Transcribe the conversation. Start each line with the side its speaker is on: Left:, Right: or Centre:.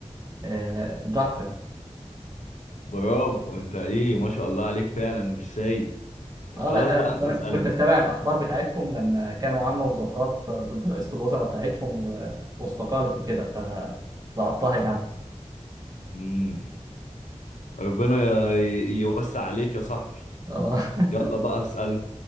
Right: آه دكه
Left: برافو انت ايه ما شاء الله عليك فعلا مش سايب
Right: اه
Left: خلاص
Right: لا
Left: بقى
Right: آه،
Left: انت
Right: أصل انا
Left: اسألني
Right: كنت متابع الاخبار بتاعتهم لما كانوا عاملوا مظاهرات ضد رئاسه الوزراء بتاعتهم و- واستقالت وكده فلقطتها يعني
Left: مم. ربنا ي- يوسع عليك يا صاحبي
Right: اه
Left: يلا
Right: <laughs>
Left: بقى اسألني